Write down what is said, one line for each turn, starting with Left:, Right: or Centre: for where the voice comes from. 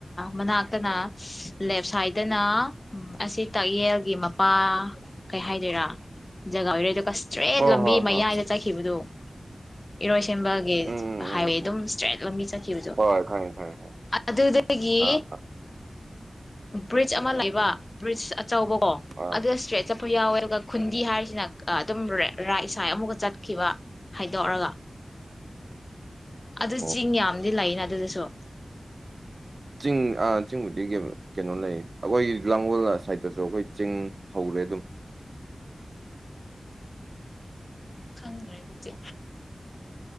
Left: ꯃꯅꯥꯛꯇꯅ ꯂꯦꯞ ꯁꯥꯏꯠꯇꯅ ꯎꯝ ꯑꯁꯤ ꯇꯥꯛꯌꯦꯜꯒꯤ ꯃꯄꯥ ꯀꯩ ꯍꯥꯏꯗꯣꯏꯔꯥ ꯖꯒꯥ ꯑꯣꯏꯔꯣꯏꯗ ꯏꯁꯇ꯭ꯔꯦꯠ
Right: ꯍꯣꯏ
Left: ꯂꯝꯕꯤ
Right: ꯍꯣꯏ
Left: ꯃꯌꯥꯏꯗ
Right: ꯍꯣꯏ
Left: ꯆꯠꯈꯤꯕꯗꯨ ꯏꯔꯣꯏ ꯁꯦꯝꯕ
Right: ꯎꯝ ꯎꯝ
Left: ꯍꯥꯏꯋꯦ
Right: ꯎꯝ
Left: ꯑꯗꯨꯝ
Right: ꯎꯝ
Left: ꯏꯁꯇ꯭ꯔꯦꯠ ꯂꯝꯕꯤ ꯆꯠꯈꯤꯕꯗꯨ
Right: ꯍꯣꯏ ꯈꯪꯉꯦ ꯈꯪꯉꯦ ꯈꯪꯉꯦ
Left: ꯑꯗꯨꯗꯒꯤ
Right: ꯑꯥ ꯑꯥ
Left: ꯕ꯭ꯔꯤꯖ ꯑꯃ ꯂꯩꯕ ꯕ꯭ꯔꯤꯖ ꯑꯆꯧꯕꯀꯣ
Right: ꯑꯥ
Left: ꯑꯗꯨꯗ ꯏꯁꯇ꯭ꯔꯦꯠ ꯌꯥꯎꯋꯦ ꯑꯗꯨꯒ ꯈꯨꯟꯗꯤ ꯍꯥꯏꯁꯤꯅ ꯑꯗꯨꯝ ꯔꯥꯏꯠ ꯁꯥꯏꯠ ꯑꯃꯨꯛꯀ ꯆꯠꯈꯤꯕ ꯍꯥꯏꯗꯣꯛꯔꯒ ꯑꯗꯨ
Right: ꯑꯣ
Left: ꯆꯤꯡ ꯌꯥꯝꯗꯤ ꯂꯩꯅ ꯑꯗꯨꯗꯁꯨ
Right: ꯆꯤꯡ ꯑꯥ ꯆꯤꯡꯕꯨꯗꯤ ꯀꯩꯅꯣ ꯂꯩ ꯑꯩꯈꯣꯏꯒꯤ ꯂꯥꯡꯒꯣꯜ ꯁꯥꯏꯠꯇꯁꯨ ꯑꯩꯈꯣꯏ ꯆꯤꯡ ꯍꯧꯔꯦ ꯑꯗꯨꯝ
Left: ꯈꯪꯗ꯭ꯔꯦ ꯑꯗꯨꯗꯤ